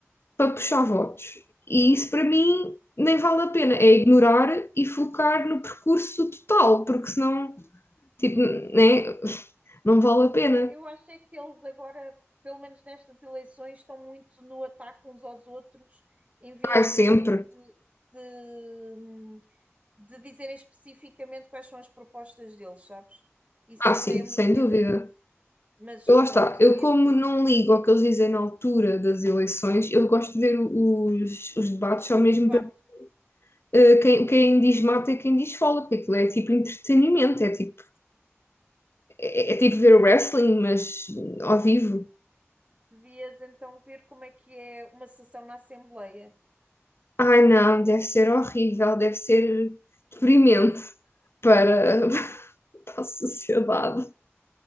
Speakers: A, on the left (about 55°); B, on the right (about 30°).
A: para puxar votos. E isso
B: estou
A: para
B: a perceber.
A: mim nem vale a pena. É ignorar e focar no percurso total, porque senão, tipo, né? não vale a pena.
B: Pá, Eu acho é que eles agora, pelo menos nestas eleições, estão muito no ataque uns aos outros, em vez
A: Ai, sempre.
B: de, de de dizer especificamente quais são as propostas deles, sabes? Isso
A: Ah,
B: chateia-me
A: sim, sem
B: um bocadinho.
A: dúvida.
B: Mas
A: Eu,
B: pronto,
A: lá está. Eu,
B: é
A: como
B: assim,
A: não ligo ao que eles dizem na altura das eleições, eu gosto de ver o- os, os debates só mesmo
B: os debates.
A: para eh, quem, quem diz mata e quem diz fala, porque aquilo é tipo entretenimento, é tipo, é, é tipo ver wrestling, mas ao vivo.
B: Devias então ver como é que é uma sessão na Assembleia.
A: Ai, não, deve ser horrível, deve ser deprimente para, <laughs> para a sociedade,